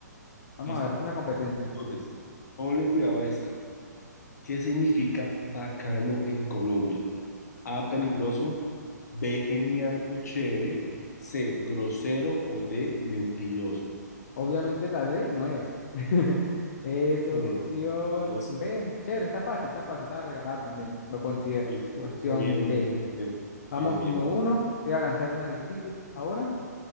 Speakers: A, on the left; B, on the left.
A: Vamos
B: Listo.
A: a ver, es una competencia.
B: Entonces, ponle cuidado a esta. ¿Qué significa bacano en Colombia? A,
A: Ay,
B: peligroso, B, genial o chévere, C, grosero o D, mentiroso.
A: obviamente la D no es. <laughs> Es opción
B: No, no, no. No sé.
A: B. Chévere, está fácil, está fácil, está regalada también, lo considero.
B: Listo.
A: Opción
B: No, bien, bien,
A: B.
B: bien, bien.
A: Vamos
B: Bien, bien.
A: 1 uno. Te voy a lanzar una difícil ahora.